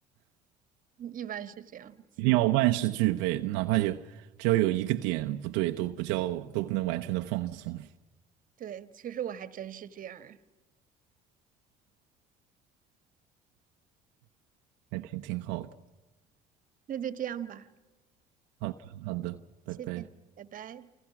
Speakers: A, on the right; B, on the right.
A: 一般是这样子。
B: 一定要万事俱备，哪怕有只要有一个点不对，都不叫都不能完全的放松，
A: 对，其实我还真是这样儿。
B: 还挺挺好的。
A: 那就这样吧，
B: 好的，好的，拜拜。
A: 谢谢你，拜拜。